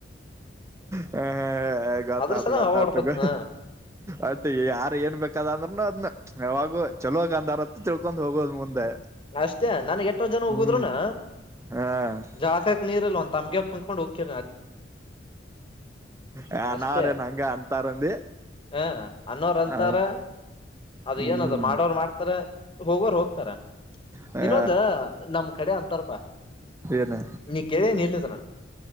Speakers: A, on the right; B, on the left.
A: ಹ ಹ ಗೊತ್ತಾತು
B: ಅದ್ರ ಸಲ
A: ಗೊತ್ತಾಯ್ತು
B: ಹವಾ ಹೊಡ್ಕೋತ್
A: ಗ
B: ಹ
A: ಅತ್ತ ಯಾರ ಏನ್ ಬೇಕದ ಅಂದ್ರ ನ ಅದ್ ಯಾವಾಗೂ ಚಲೋಗ ಅಂದಾರತ್ರ ತಿಳ್ಕೊಂಡ್ ಹೋಗೋದ್ ಮುಂದೆ
B: ಅಷ್ಟೇ ನನ್ಗ್ ಎಟೋ ಜನ ಹಗುದ್ನು
A: ಹ್ಮ್ ಹ
B: ಜಾಕಕ್ ನೀರ್ಲ್ಲಂತ ತಮಗೆ ತಕೊಂಡುಗಿ
A: ಹ
B: ಅಷ್ಟೇ
A: ನಾರೇನ್ ಹಂಗ ಅಂತಾರಂದ
B: ಹ ಅನ್ನೋರ್ ಅಂತಾರ
A: ಹ
B: ಅದ
A: ಹ್ಮ್
B: ಏನದ ಮಾಡೋರ್ ಮಾಡ್ತಾರ ಹೋಗವರ್ ಹೋಗ್ತಾರ
A: ಹ
B: ಇನ್ನೊಂದ ನಮ ಕಡೆ ಅಂತಾರಪಾ
A: ಏನ್
B: ನೀ ಕೆವ ನೀರ್ಲ್ಲದನ